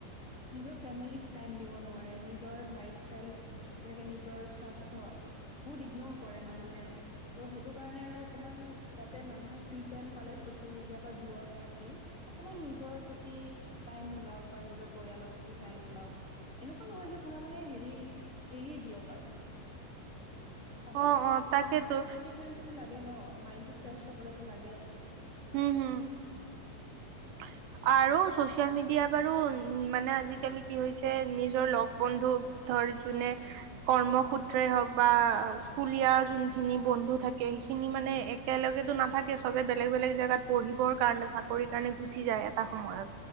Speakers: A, on the left (about 30°); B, on the right (about 75°).
A: নিজৰ ফেমিলীক টাইম দিব নোৱাৰে, নিজৰ লাইফষ্টাইল যেনেকে নিজৰ স্বাস্থ্য বহুত ইগনৰ কৰে মানুহে ত' সেইটো কাৰণে আৰু অকমান তাতে মানুহে ফ্ৰী টাইম পালে ছ'চিয়েল মিডিয়াৰ পৰা দূৰত থাকি, অকমান নিজৰ প্ৰতি টাইম ওলাওক বা নিজৰ পৰিয়ালৰ প্ৰতি টাইম ওলাওক। এনেকুৱা নহয় যে পুৰা মানে হেৰি এৰিয়ে দিয়ক আৰু চাব লাগে
B: অ', অ', তাকেতো
A: লাগে ন, মাইণ্ডটো ফ্ৰেছ হবলোটো লাগে।
B: হম, হুম। <unintelligible> আৰু ছ'চিয়েল মিডিয়া বাৰু মানে আজিকালি কি হৈছে নিজৰ লগ বন্ধু ধৰ যোনে কৰ্ম সূত্ৰে হওঁক বা স্কুলীয়া যোনখিনি বন্ধু থাকে, সেইখিনি মানে এক একেলগেতো নাথাকে, চবে বেলেগ বেলেগ জেগাত পঢ়িবৰ কাৰণে চাকৰি কাৰণে গুচি যায় এটা সময়ত